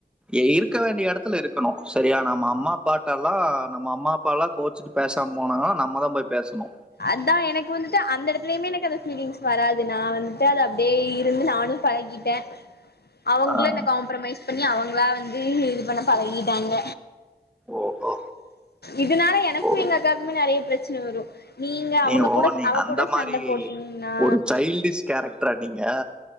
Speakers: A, in the centre; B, on the left.
A: எ இருக்க வேண்டிய எடத்துல இருக்கணு சரியா நம்ம அம்மா பாட்டல்லா நம்ம அம்மா அப்பால்லா கோச்சிட்டு பேசாம போனா நம்ம தா போய் பேசணு
B: அதா எனக்கு வந்துட்டு அந்த எடத்துலயுமே எனக்கு அது ஃபீலிங்ஸ் வராது நா வந்துட்டு அது அப்டியே இருந்து நானும் பழகிட்டே அவங்களு
A: ஆஹ்
B: என்ன காம்ப்ரமைஸ் பண்ணி அவங்களா வந்து இது பண்ண பழகிட்டாங்க
A: ஓஹோ
B: இதனால எனக்கு
A: ஓ
B: எங்க அக்காக்குமே நெறைய பிரச்சன வரு நீங்க
A: நீ
B: அவங்க
A: ஓ
B: கூட
A: நீ
B: அவ
A: அந்த
B: கூட
A: மாதிரி
B: சண்ட போட்டீங்ன்னா
A: ஒரு சைல்டிஷ் கேரக்டரா நீங்க